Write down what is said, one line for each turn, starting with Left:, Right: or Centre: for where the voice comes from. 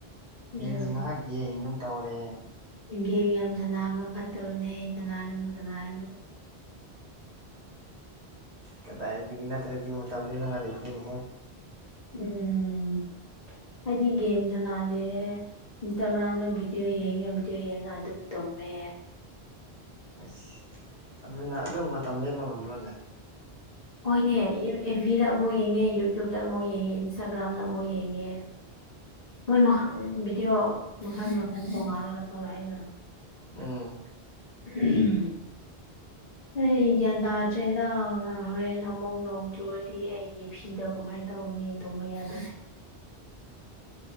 Left: ꯎꯝ
Right: ꯔꯤꯜꯁ ꯉꯥꯏꯍꯥꯛ ꯌꯦꯡ ꯑꯗꯨꯝ ꯇꯧ ꯂꯩꯛꯑꯦ
Left: ꯒꯦꯝ ꯌꯥꯝ ꯁꯅꯕ ꯐꯠꯇꯕꯅꯦ ꯁꯅꯥꯒꯅꯨ ꯁꯅꯥꯒꯅꯨ
Right: ꯀꯗꯥꯏꯗꯒꯤ ꯅꯠꯇ꯭ꯔꯗꯤ ꯃꯇꯝ ꯂꯟꯅꯉꯥꯏ ꯂꯩꯇꯦꯅꯦꯍꯦ
Left: ꯎꯝ ꯑꯩꯗꯤ ꯒꯦꯝ ꯁꯅꯥꯅꯦ ꯏꯟꯁꯇꯥꯒ꯭ꯔꯥꯝꯗ ꯚꯗꯤꯑꯣ ꯌꯦꯡꯉ ꯚꯤꯗꯤꯑꯣ ꯌꯦꯡꯉ ꯑꯗꯨꯝ ꯇꯨꯝꯃꯦ
Right: ꯑꯁ ꯑꯗꯨꯅ ꯑꯗꯨꯝ ꯃꯇꯝ ꯂꯦꯟꯕ ꯉꯝꯕ꯭ꯔꯣꯅꯦ
Left: ꯍꯣꯏꯅꯦ ꯏꯚꯤꯗ ꯑꯃꯨꯛ ꯌꯦꯡꯉꯦ ꯌꯨꯇ꯭ꯌꯨꯕꯇ ꯑꯃꯨꯛ ꯌꯦꯡꯉꯦ ꯏꯟꯁꯇꯥꯒ꯭ꯔꯥꯝꯗ ꯑꯃꯨꯛ ꯌꯦꯡꯉꯦ ꯃꯣꯏ ꯃꯈꯜ ꯚꯤꯗꯤꯑꯣ ꯃꯈꯜ ꯃꯈꯜ ꯇꯣꯡꯉꯥꯜꯂꯒ ꯊꯣꯛꯂꯛꯏꯅ
Right: ꯎꯝ
Left: ꯎꯝ ꯑꯩ ꯒ꯭ꯌꯥꯟ ꯇꯥꯗ꯭ꯔꯦꯗ ꯍꯣꯔꯦꯟ ꯑꯃꯨꯛ ꯅꯣꯡ ꯆꯨꯔꯗꯤ ꯑꯩꯒꯤ ꯐꯤꯗ ꯀꯃꯥꯏꯅ ꯇꯧꯅꯤ ꯇꯨꯝꯃꯤꯗ